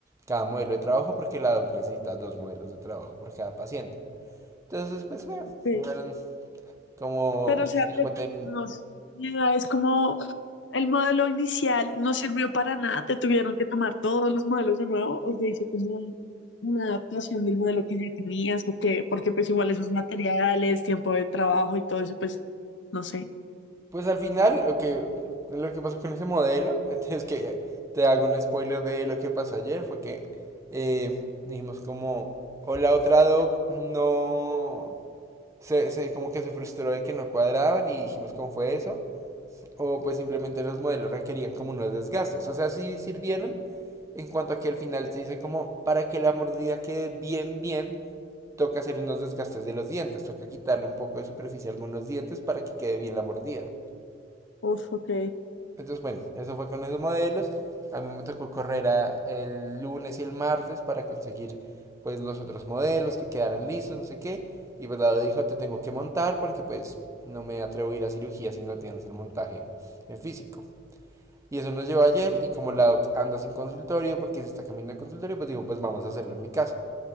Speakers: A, on the right (about 15°); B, on the left (about 75°).
A: cada modelo de trabajo porque la doc necesita dos modelos de trabajo por cada paciente. Entonces pues fue,
B: ok.
A: fueron como
B: Pero o
A: 50
B: sea, te-
A: y
B: no sé, mi idea es como el modelo inicial no sirvió para nada, te tuvieron que tomar todos los modelos de nuevo, o se hizo como un- una adaptación del modelo que ya tenías, o qué, porque pues igual esos materiales, tiempo de trabajo y todo eso, pues no sé.
A: Pues al final, lo que, lo que pasó con ese modelo, <laughs> es que te hago un spoiler de lo que pasó ayer, fue que eh, dijimos como, o la otra doc no, se, se- como que se frustró de que no cuadraban y dijimos cómo fue eso, o pues simplemente los modelos requerían como unos desgastes, o sea, sí sirvieron, en cuanto a que al final se dice como, para que la mordida quede bien, bien, toca hacer unos desgastes de los dientes, toca quitarle un poco de superficie a algunos dientes para que quede bien la mordida.
B: Uf, ok.
A: Entonces, bueno, eso fue con esos modelos. A mí me tocó correr a- el lunes y el martes para conseguir pues los otros modelos que quedaran listos, no sé qué. Y pues Lado dijo, te tengo que montar porque pues no me atrevo a ir a cirugía si no tienes el montaje en físico. Y eso nos llevó ayer y como Lado anda sin consultorio porque se está cambiando de consultorio, pues dijo, pues vamos a hacerlo en mi casa.